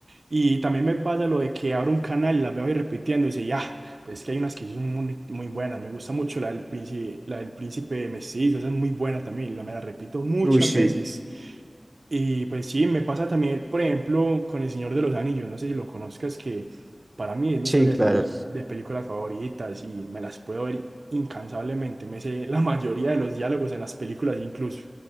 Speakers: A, on the right; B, on the right.
A: Y también me pasa lo de que abro un canal y las veo ahí repitiendo y ya, pues es que hay unas que sí son muy, muy buenas, me gusta mucho la del príncipe, la del príncipe mestizo, esa es muy buena también, la me la repito muchas
B: Uy, sí,
A: veces. Y pues sí, me pasa también, por ejemplo, con El Señor de los Anillos, no sé si lo conozcas, que para mí es mi
B: sí,
A: saga
B: claro.
A: de, peli- de películas favoritas y me las puedo ver incansablemente, me sé la <laughs> mayoría de los diálogos en las películas incluso,